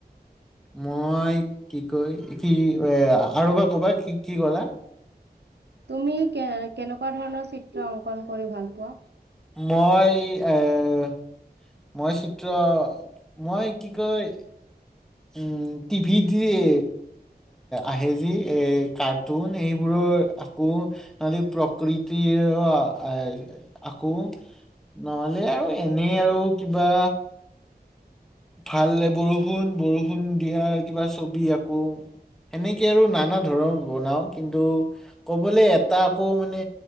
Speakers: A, in the centre; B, on the right.
A: মই কি কয় কি এহ আৰু এবাৰ কবা কি কি কলা?
B: তুমি কে কেনেকুৱা ধৰণৰ চিত্ৰ অংকন কৰি ভাল পোৱা।
A: মই এহ মই চিত্ৰ মই কি কয় উম টিভিত যি এহ আহে যি এ কাৰ্টুন সেইবোৰৰ আকো নহলে প্ৰকৃতিৰ আকো নহলে আৰু এনেই আৰু কিবা ভাল বৰষুণ বৰষুণ দিয়া কিবা ছবি আঁকো, এনেকে আৰু নানা ধৰণ বনাও কিন্তু কবলে এটা আকৌ মানে